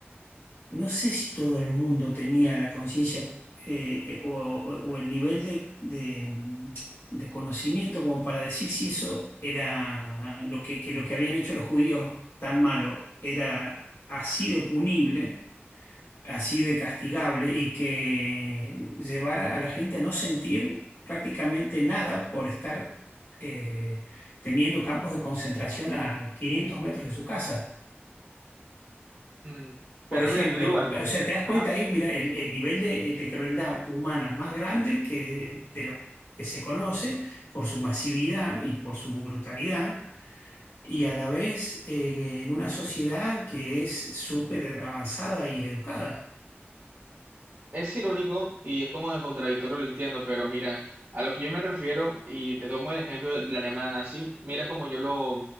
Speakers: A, on the left; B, on the right.
A: no sé si todo el mundo tenía la conciencia eh, eh, o, o- o el nivel de, de, mm, de conocimiento como para decir si eso era lo que, que lo que habían hecho los judíos tan malo era así de punible, así de castigable y que llevara a la gente a no sentir prácticamente nada por estar eh, teniendo campos de concentración a 500 metros de su casa.
B: Mm,
A: Por
B: Pero
A: ejemplo,
B: mira, te digo algo.
A: o sea, te das
B: Ajá.
A: cuenta ahí, mira, el, el nivel de, de crueldad humana más grande que, de lo que se conoce por su masividad y por su brutalidad, y a la vez eh, en una sociedad que es súper avanzada y educada.
B: Es irónico y es como de contradictorio, lo entiendo, pero mira, a lo que yo me refiero, y te tomo el ejemplo de la Alemania nazi, mira cómo yo lo